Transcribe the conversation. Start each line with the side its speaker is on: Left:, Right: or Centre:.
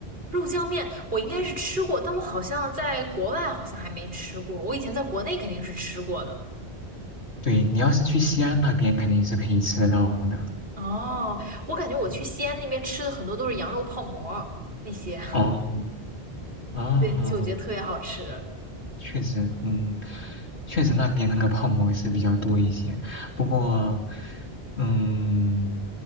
Right: 肉酱面我应该是吃过，但我好像在国外好像还没吃过。我以前在国内肯定是吃过的。
Left: 对，你要是去西安那边肯定是可以吃得到的。
Right: 哦，我感觉我去西安那边吃的很多都是羊肉泡馍那些，
Left: 嗯哦，
Right: <laughs>
Left: 哦，
Right: 对，那些我觉得特别好吃。
Left: 确实，嗯，确实那边那个泡馍是比较多一些，不过，嗯，